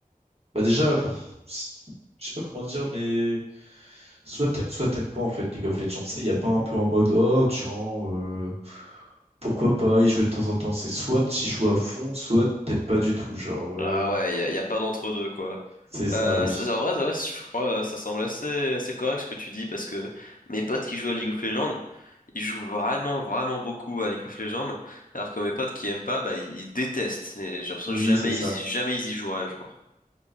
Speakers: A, on the right; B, on the left.
A: bah déjà, pff, c'est- je sais pas comment dire, mais soit t'aimes, soit t'aimes pas en fait League of Legends. Il y a pas un peu en mode oh tiens, euh, pourquoi pas y jouer de temps en temps. C'est soit tu joues à fond, soit t'aimes pas du tout. Genre, euh,
B: Ah ouais, il y a, y a pas d'entre-deux, quoi.
A: c'est ça,
B: Bah,
A: oui,
B: c'est- en vrai, ouais, je crois euh, ça semble assez, assez correct ce que tu dis, parce que mes potes qui jouent à League of Legends, ils jouent vraiment, vraiment beaucoup à League of Legends, alors que mes potes qui aiment pas, bah, ils détestent. Et j'ai l'impression
A: oui,
B: que jamais
A: c'est ça.
B: ils y, jamais ils y joueraient, genre.